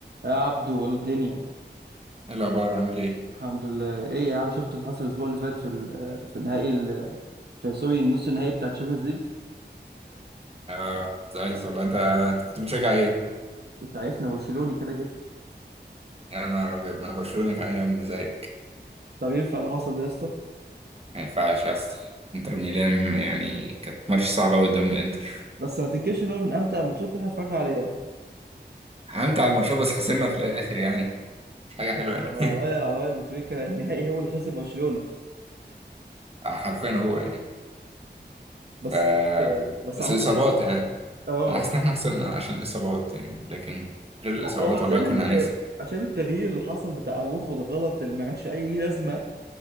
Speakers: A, on the right; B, on the right.
A: يا عبدو الدنيا
B: ايه الاخبار عامل ايه؟
A: الحمد لله ايه يا عم شفت اللي حصل الاسبوع اللي فات في ال- في النهائي ال- في سوري النص النهائي بتاع الشامبيونز ليج
B: اه زعلت والله انت أنت كنت بتشجع ايه؟
A: انت عارفنا برشلوني كده كده
B: يا نهار ابيض ما انا برشلوني كمان يا ابني زيك
A: طب ينفع اللي حصل ده يا اسطى
B: ما ينفعش يا اسطى انتر ميلان يعني كانت ماتش صعبه أوي قدام الانتر
A: بس ما تنكرش ان هو من امتع الماتشات اللي احنا اتفرجنا عليها
B: حمت على الماتش بس خسرنا في الاخر يعني مش حاجه حلوه
A: آه،
B: يعني <laughs>
A: على راي على راي ابو تريكه النهائي هو اللي خسر برشلونه
B: آه، حرفيا هو يعني
A: بس
B: ف
A: بس
B: بس
A: عامه
B: الاصابات
A: احنا
B: يعني
A: اه
B: انا حاسس ان احنا خسرنا عشان الاصابات يعني لكن غير الاصابات
A: لا هو عشان
B: والله كنا هنكسب
A: ال... عشان التغيير اللي حصل بتاع اروخو الغلط اللي ما كانش اي ليه لازمه